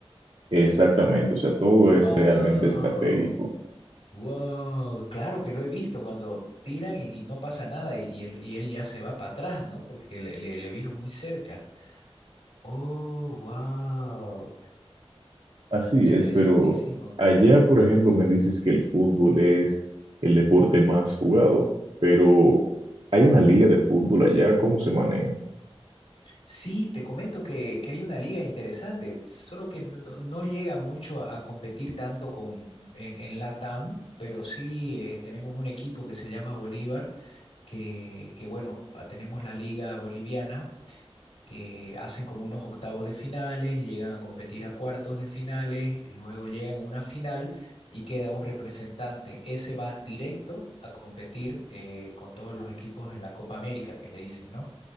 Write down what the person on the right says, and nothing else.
Exactamente, o sea, todo
es realmente estratégico.
Así
es, pero allá, por ejemplo, me dices que el fútbol es el deporte más jugado, pero hay una liga de fútbol allá, ¿cómo se maneja?